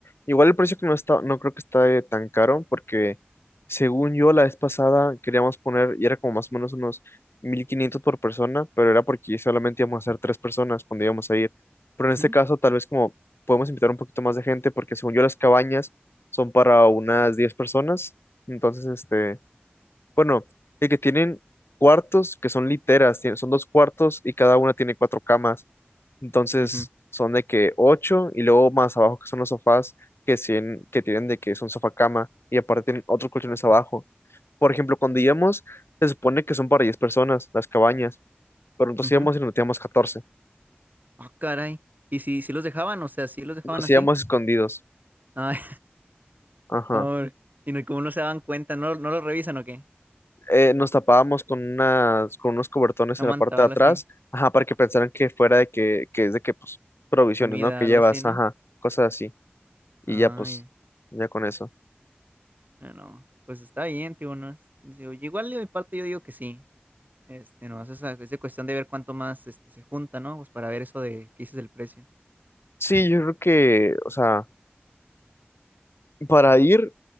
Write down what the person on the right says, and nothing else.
Ujú,
ujú,
ujú.
Ah, caray. ¿Y si, si los dejaban? O sea, si los dejaban
así.
Ay,
Pobre. Y no, como no se daban cuenta, no, no lo revisan o qué.
No
manta,
algo
así.
Comida,
algo
así, ¿no?
Ay,
no. Pues está bien, tío, no es- digo, igual de mi parte yo digo que sí. Este, no, es, esa- es de cuestión de ver cuánto más este, se junta, ¿no? Pues para ver eso de qué dices del precio.
Este,